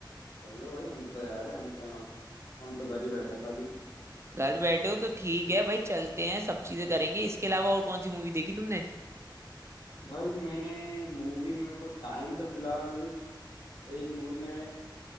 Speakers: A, on the left; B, on the right.
A: चलो भाई हम तो तैयार हैं हम कहाँ हम तो घर ही बैठे हैं खाली
B: घर बैठे हो तो ठीक है भाई चलते हैं सब चीजें करेंगे इसके अलावा और कौन सी मूवी देखी तुमने
A: भाई मैंने मूवी मेरे को टाइम तो फिलहाल एक मूवी मैंने